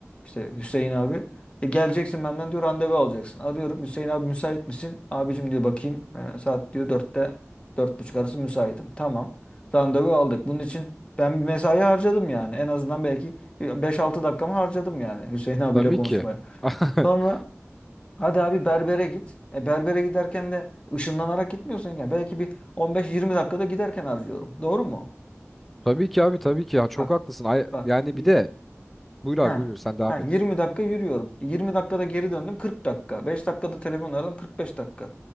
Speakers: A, on the left; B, in the centre.
A: işte Hüseyin abi "E, geleceksin benden diyor randevu alacaksın. Arıyorum Hüseyin abi müsait misin? Abicim diyor bakayım. E, saat diyor dörtte dört buçuk arası müsaitim. Tamam. Randevu aldık. Bunun için ben bir mesai harcadım yani. En azından belki bir 5-6 dakikamı harcadım yani Hüseyin abiyle
B: Tabii
A: konuşmaya.
B: ki. <laughs>
A: Sonra hadi abi berbere git. E berbere giderken de ışınlanarak gitmiyorsun ya. Belki bir 15-20 dakikada giderken harcıyorum. Doğru mu?
B: Tabii ki abi, tabii ki ya. Çok
A: Bak
B: haklısın. Ay-
A: bak.
B: Yani
A: Y-
B: bir de buyur abi
A: Ha.
B: buyur sen devam
A: Ha, 20
B: et.
A: dakika yürüyorum. 20 dakikada geri döndüm 40 dakika. 5 dakikada telefon aradım 45 dakika.